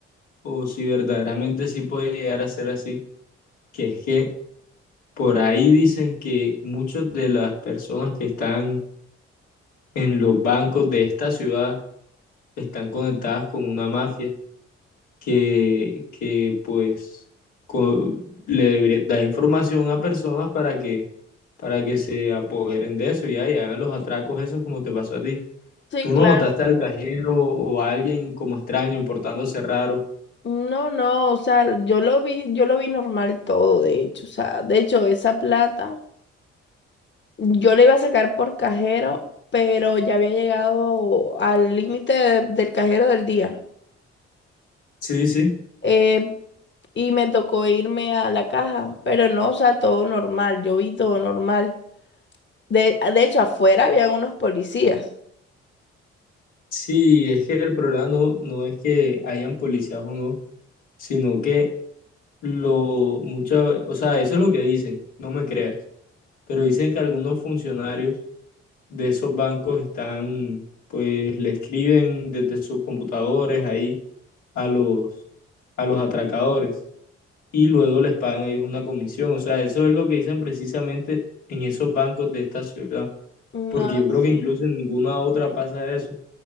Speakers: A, on the left (about 85°); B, on the left (about 40°).
A: o si verdaderamente sí puede llegar a ser así, que es que por ahí dicen que muchas de las personas que están en los bancos de esta ciudad están conectadas con una mafia que, que pues co- le debería- da información a personas para que, para que se apoderen de eso ya, y hagan los atracos esos como te pasó a ti.
B: Sí,
A: ¿Tú
B: claro.
A: no notaste al cajero o a alguien como extraño portándose raro?
B: No, no, o sea, yo lo vi, yo lo vi normal todo, de hecho, o sea, de hecho, esa plata. Yo le iba a sacar por cajero, pero ya había llegado al límite de- del cajero del día.
A: Sí, sí.
B: Eh, y me tocó irme a la caja, pero no, o sea, todo normal. Yo vi todo normal. De, de hecho, afuera habían unos policías.
A: Sí, es que el problema no, no es que hayan policías o no, sino que lo mucho, o sea, eso es lo que dicen, no me creas, pero dicen que algunos funcionarios de esos bancos están, pues le escriben desde sus computadores ahí a los, a los atracadores y luego les pagan a ellos una comisión, o sea, eso es lo que dicen precisamente en esos bancos de esta ciudad.
B: No,
A: porque yo creo
B: sí.
A: que incluso en ninguna otra pasa eso,